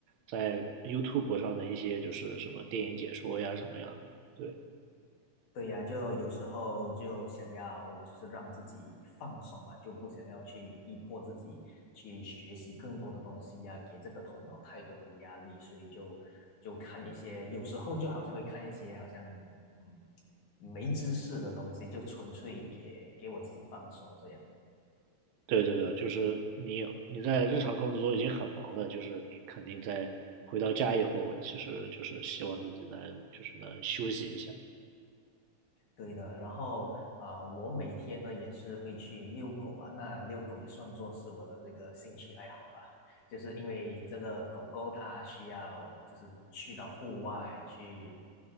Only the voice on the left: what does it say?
对呀，就有时候就想要就是让自己放松嘛，就不想要去逼迫自己去学习更多的东西呀，给这个头脑太多的压力，所以就就看一些，有时候就好像会看一些好像嗯没知识的东西，就纯粹给给我自己放松这样。
对的，然后啊、呃我每天呢也是会去遛狗吧，那遛狗也算作是我的这个兴趣爱好吧，就是因为这个狗狗它需要就是去到户外去，